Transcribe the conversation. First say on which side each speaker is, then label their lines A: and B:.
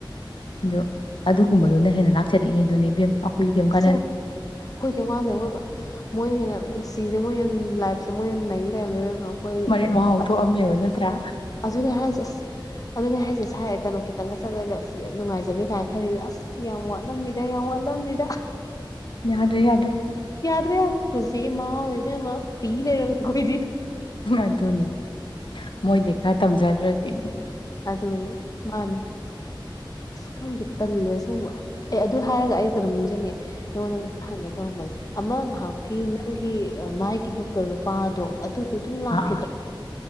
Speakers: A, on the left; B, on the left.
A: ꯑꯗꯣ ꯑꯗꯨꯒꯨꯝꯕꯗꯨꯅ ꯍꯦꯟꯅ ꯂꯥꯛꯆꯔꯛꯑꯦ ꯗꯨꯅꯦ ꯏꯕꯦꯝ ꯑꯩꯈꯣꯏꯁꯨ ꯀꯩꯝ ꯀꯥꯟꯅꯗꯦ
B: ꯑꯁꯦꯡꯕ ꯑꯩꯈꯣꯏ ꯀꯩꯝ ꯋꯥꯥꯟꯗꯦ ꯑꯑꯣꯏꯕ ꯃꯣꯏꯅ ꯍꯦꯟꯅ ꯄꯨꯟꯁꯤ <unintelligible> ꯃꯣꯏꯅ ꯂꯥꯏꯐꯁꯦ ꯃꯣꯏꯅ ꯅꯩ ꯂꯩꯔꯝꯃꯦ ꯏꯕꯦꯝꯃ ꯑꯩꯈꯣꯏꯗꯤ
A: ꯃꯔꯦꯛ ꯃꯍꯥꯎ
B: ꯄꯠꯂꯦ
A: ꯊꯣꯛꯑꯝꯃꯦꯕ ꯅꯠꯇ꯭ꯔꯥ꯫
B: ꯑꯗꯨꯅꯦ ꯍꯥꯏꯁꯦ ꯑꯁ꯫ ꯑꯗꯨꯅꯦ ꯍꯥꯏꯁꯦ ꯁꯥꯏ ꯀꯩꯅꯣ ꯈꯤꯇꯪꯒ ꯆꯠꯂꯒ ꯑꯁ ꯅꯨꯡꯉꯥꯏꯖꯔꯦ ꯀꯥꯏꯅ ꯈꯜꯂꯤꯖꯦ ꯑꯁ ꯌꯥꯝ ꯋꯥꯠꯂꯝꯃꯤꯗ ꯌꯥꯝ ꯋꯥꯠꯂꯝꯃꯤꯗ꯫
A: ꯌꯥꯗ꯭ꯔꯦ ꯌꯥꯗ꯭ꯔꯦ꯫
B: <unintelligible> ꯌꯥꯝ ꯄꯨꯟꯁꯤꯒꯤ ꯃꯍꯥꯎꯖꯦ ꯏꯕꯦꯝꯃ ꯈꯨꯏ ꯂꯩꯔꯝꯃꯦ ꯑꯈꯣꯏꯗꯤ꯫
A: ꯑꯗꯨꯅꯤ꯫ ꯃꯣꯏꯗꯩ ꯈꯔ ꯇꯝ ꯥꯗ꯭ꯔꯥꯗꯤ
B: ꯑꯗꯨꯅꯦ ꯃꯥꯅꯦ ꯈꯪꯗꯦ ꯇꯜꯂꯦ ꯑꯁꯦꯡꯕ ꯑꯦ ꯑꯗꯨ ꯍꯥꯏꯔꯒ ꯑꯩ ꯀꯩꯅꯣꯝ ꯅꯤꯡꯁꯤꯡꯉꯦ ꯅꯉꯣꯟꯗ ꯍꯪꯉꯦ ꯇꯧꯔꯝꯕꯅꯦ ꯑꯃ ꯅꯕꯅꯃꯨꯛꯀꯤ ꯅꯪꯒꯤ ꯃꯥꯏꯒꯤ ꯗꯣꯛꯇꯔ ꯅꯨꯨꯄꯥꯗꯣ ꯑꯗꯨꯗꯣ ꯑꯗꯨꯝ ꯂꯥꯛꯈꯤꯗ꯭ꯔꯥ
A: ꯑꯥ ꯑꯥ